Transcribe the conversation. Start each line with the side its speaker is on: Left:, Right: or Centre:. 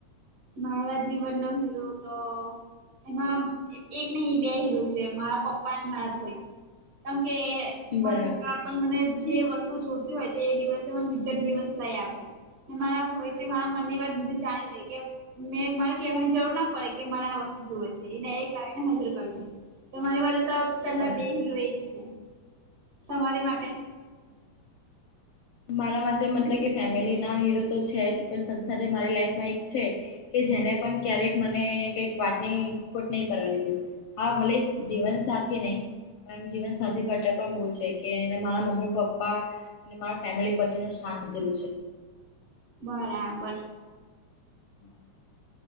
Right: મારા જીવનનો હિરો તો એમાં એક ની બે હીરો છે મારા પપ્પા અને મારા ભાઈ કેમકે <unintelligible>
Left: બરાબર
Right: પણ મને જે વસ્તુ જોતી હોય તો એ દિવસે મને બીજે દિવસે લઈ આપે. ને મારા ભાઈ તે મારા મનની વાત બધી જાણી લે કે ને મારે કેવાની જરૂર ના પડે કે મારે આ વસ્તુ જુવે છે એને એક લાવીને હાજર કરીદે તો મારે બાજુ તો પેલા
Left: બરાબર.
Right: બે હીરો એજ છે તમારી માટે
Left: <inaudible> મારા માટે મતલબ કે ફેમિલી ના હીરો તો છે જ પણ સાથે સાથે મારી લાઈફમાં એક છે કે જેને પણ ક્યારેક મને કઈક વાટની ખોટ નહી પડવા દીધી હા ભલે જીવન સાથી નહી પણ જીવન સાથી કરતા પણ બહુ છે કે એને મારા મમ્મી પપ્પા અને મારા ફેમિલી પછી નું સ્થાન લીધેલું છે.
Right: બરાબર
Left: <inaudible>